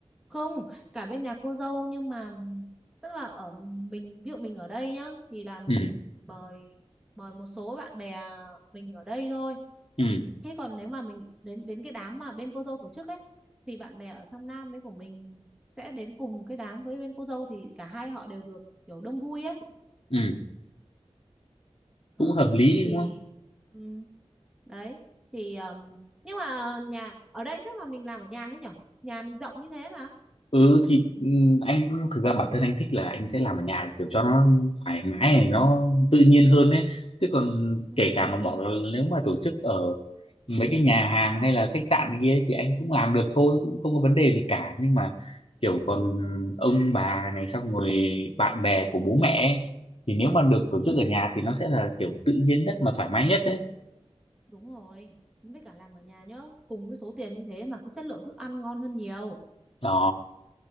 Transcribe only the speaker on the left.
ừ
ừ
ừ
cũng hợp lý
đúng không
ừ thì ừ, anh thực ra bản thân anh thích là anh sẽ làm ở nhà kiểu cho nó thoải mái này nó tự nhiên hơn đấy chứ còn
kể cả mà bỏ là nếu mà tổ chức ở mấy cái nhà hàng hay là khách sạn này kia ấy thì anh cũng làm được thôi cũng không có vấn đề gì cả nhưng mà kiểu còn ông bà này xong rồi bạn bè của bố mẹ ấy, thì nếu mà được tổ chức ở nhà thì nó sẽ là kiểu tự nhiên nhất mà thoải mái nhất đấy
Ồ